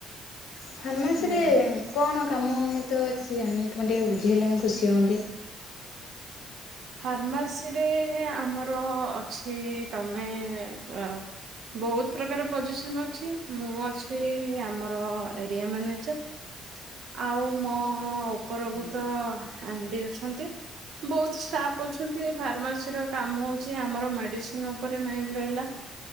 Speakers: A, on the left (about 60°); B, on the right (about 55°).
A: ଫାର୍ମାସି
B: ହୁଁ।
A: ରେ କଣ କାମ ମୁଁ ତ କିଛି ଜାଣିନି ତମେ ଟିକେ ବୁଝେଇଲେ ମୁଁ ଖୁସି ହୁଅନ୍ତି।
B: ଫାର୍ମାସିରେ ଆମର ଅଛି ତମେ। ଏ ଅ ବହୁତ ପ୍ରକାର ପୋଜିସନ ଅଛି ମୁଁ ଅଛି ଆମର ଏରିଆ ମ୍ୟାନେଜର। ଆଉ ମୋ ଉପର କୁ ତ ଏମ ଡି ଅଛନ୍ତି। ବହୁତ ଷ୍ଟାଫ ଅଛନ୍ତି ଫାର୍ମାସି ର କାମ ହଉଛି ଆମର ମେଡିସିନ ଉପରେ ମେନ ରହିଲା।